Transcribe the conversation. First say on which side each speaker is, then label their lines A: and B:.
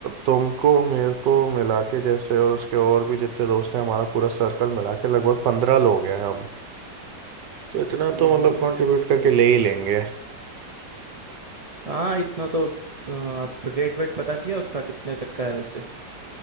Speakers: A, on the right (about 75°); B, on the right (about 45°).
A: तुमको मेरे को मिला के जैसे और उसके और भी जितने दोस्त हैं हमारा पूरा सर्कल मिला के लगभग पंद्रह लोग हैं हम तो इतना
B: हम्म
A: तो मतलब
B: हम्म,
A: कंट्रीब्यूट करके ले ही लेंगे
B: हाँ इतना तो अ, आप रेट वेट पता किया उसका कितने तक का है वैसे